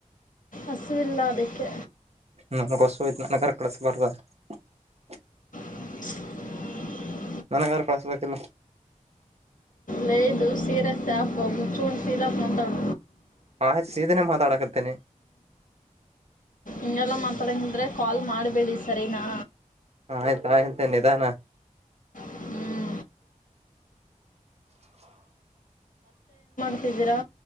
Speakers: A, on the left; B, on the right.
A: ಹಸುವಿಲ್ಲ ಅದಕ್ಕೆ
B: ನ ನಮಗ ಹೊಸಯ್ ನನ ಕರ ಕಳಸ ಬರ್ವ <unintelligible>
A: <unintelligible>
B: ನನಗಾರ ಕಳ್ಸ್ಬೇಕಿಲ್ಲ
A: ನೆದು ಸೀರೆ ಸ್ಯಾಫ ಹು ಚೂಂಡ ಸೀಲ ಮಾತಾಡ
B: ಆ ಸೀಧನೆ ಮಾತಾಡಕತೇನೆ
A: ಇನ್ನಲ್ಲಾ ಮಾತಾಡಂಗಂದ್ರೆ ಕಾಲ್ ಮಾಡಬೇಡಿ ಸರಿನಾ
B: ಆಯ್ತ ಆಯ್ತ ನಿಧಾನ
A: ಹ್ಞೂ ಹಜರಾ